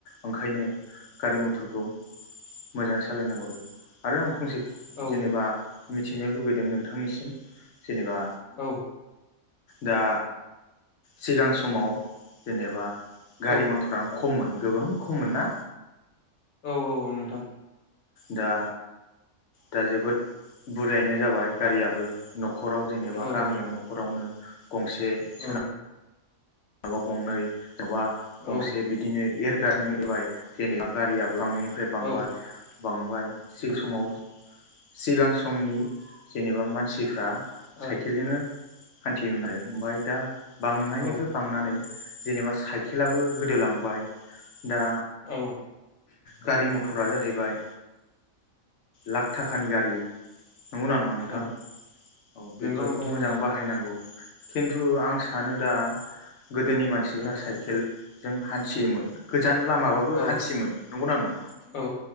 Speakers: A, on the left; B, on the left.
A: ओंखायनो गारि म थरखौ मोजाङै सालायनांगौ आरो आं फंसे
B: औ
A: जेनेबा मिथिनो लुगैदों नोंथांनिसिम जेनेबा
B: औ
A: दा सिगां समाव जेनेबा गारि
B: औ
A: मथ'रानो खम मोन। गोगोम खममोन ना?
B: औ औ औ नोंथां
A: दा दा जोबोद बुरजायैनाय जाबाय गारियाबो न ख'राव जेनेबा
B: औ
A: गामियाव
B: औ
A: न'खरावनो गंसे सो
B: औ
A: बा गंनै सोरनाबा गंसे
B: औ
A: बिदिनो एरगासिनो एबाय जेनेबा गारिया बांनायनिफ्राय बांबाय
B: औ ओ
A: बांबाय जे समाव सिगां समनि जेनेबा मानसिफ्रा
B: औ
A: साइकेलजोंनो हान्थियोमोन आरो ओमफाय दा बांनायनिफ्राय
B: औ
A: बांनानै जेनेबा साइ खेलाबो गोदोलांबाय दा
B: औ
A: गारि मथ'रा जाहैबाय लाख थाखानि गारि नंगौना नङा नोंथां
B: औ
A: औ बेफोरखौ
B: नंगौ नोंथां
A: मोजां
B: नंगौ
A: बाहायनांगौ। खिन्थु आं सानो दा गोदोनि मानसिफ्रा
B: औ
A: साइकेल जों हान्थियोमोन गोजान लामाबाबो
B: औ
A: हान्थियोमोन नंगौना नङा
B: औ